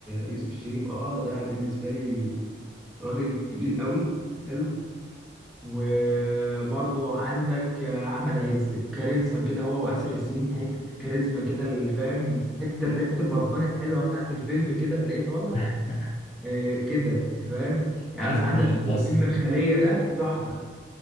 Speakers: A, in the centre; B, on the left (about 35°).
A: يوسف الشريف اه ده بالنسبه لي راجل تقيل قوي حلو وبرضو عندك آه، احمد عز الكاريزما كده هو واسر ياسين حته الكاريزما كده اللي فاهم حته ريحه البرفان الحلوه بتاعت الفيلم كده تلاقيه طالع
B: <laughs>
A: آه، كده فاهم
B: الحاجات
A: يعني مثلا
B: دي
A: عندك
B: كلها بتأثر
A: فيلم الخلية ده تحفة